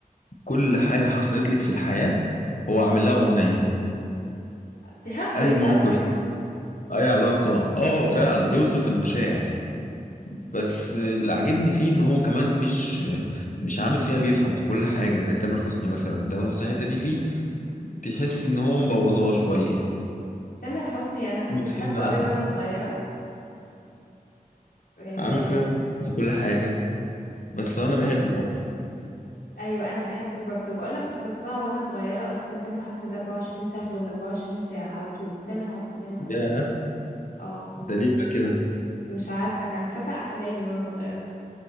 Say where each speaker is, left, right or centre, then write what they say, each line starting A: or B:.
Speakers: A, on the left; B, on the left.
A: كل حاجه حصلت لك في الحياه هو عامل لها اغنيه
B: دي حاجه كويسه
A: اي موقف
B: على فكره
A: اي علاقه اه فعلا بيوصف المشاعر بس اللي عاجبني فيه ان هو كمان مش مش عامل فيها بيفهم في كل حاجه زي تامر حسني مثلا تامر حسني الحته دي فيه تحس ان هو مبوظاه شويه
B: تامر حسني انا كنت
A: عامل
B: بحبه
A: فيها
B: قوي وانا صغيره آه
A: عامل فيها في كل حاجة بس
B: م-
A: أنا
B: م.
A: بحبه برضه
B: ايوه انا بحبه برضو بقول لك كنت بسمعه وانا صغيره اصلا تامر حسني ده 24 ساعه ولا 24 ساعه على طول تامر حسني تامر حسني
A: يا
B: اه
A: ده ليه بقى كده
B: مش عارفه كان فتى احلامي وانا صغيره